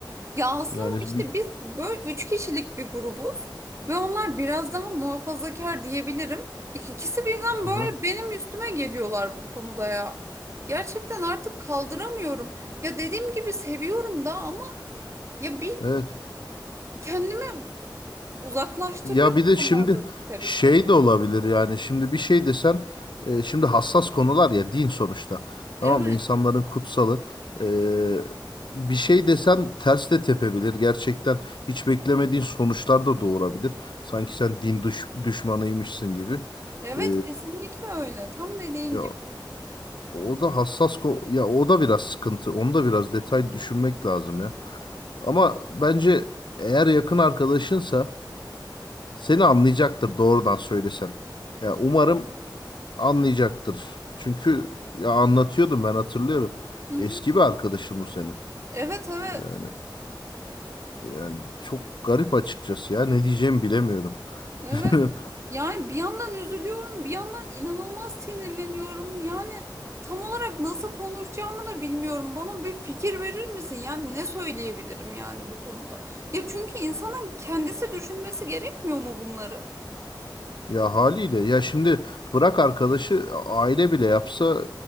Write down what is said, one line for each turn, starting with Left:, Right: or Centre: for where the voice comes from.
Right: Ya aslında
Left: Yani
Right: işte
Left: bir
Right: biz böyle üç kişilik bir grubuz ve onlar biraz daha muhafazakar diyebilirim. Ya İkisi birden
Left: aha,
Right: böyle benim üstüme geliyorlar bu konuda ya. Gerçekten artık kaldıramıyorum. Ya dediğim gibi seviyorum da ama ya bir
Left: evet.
Right: kendimi uzaklaştırıyor
Left: Ya bir de şimdi
Right: onlardan ister
Left: şey
Right: istemez.
Left: de olabilir yani şimdi bir şey desen e, şimdi hassas konular ya din sonuçta. Tamam
Right: Evet,
Left: mı? İnsanların kutsalı. E, bir şey desen ters de tepebilir. Gerçekten hiç beklemediğin sonuçlar da doğurabilir. Sanki sen din düş- düşmanıymışsın gibi.
Right: evet
Left: E,
Right: kesinlikle öyle. Tam dediğin
Left: ya
Right: gibi.
Left: O da hassas ko ya o da biraz sıkıntı. Onu da biraz detay düşünmek lazım ya. Ama bence eğer yakın arkadaşınsa seni anlayacaktır doğrudan söylesen. Ya umarım anlayacaktır. Çünkü ya anlatıyordum ben hatırlıyorum.
Right: Hı hı.
Left: Eski bir arkadaşım bu senin.
Right: Evet evet.
Left: Yani yani çok garip açıkçası ya. Ne diyeceğimi bilemiyorum.
Right: Evet.
Left: <laughs>
Right: Yani bir yandan üzülüyorum, bir yandan inanılmaz sinirleniyorum. Yani tam olarak nasıl konuşacağımı da bilmiyorum. Bana bir fikir verir misin? Yani ne söyleyebilirim yani bu konuda? Ya çünkü insanın kendisi düşünmesi gerekmiyor mu bunları?
Left: Ya haliyle ya şimdi bırak arkadaşı aile bile yapsa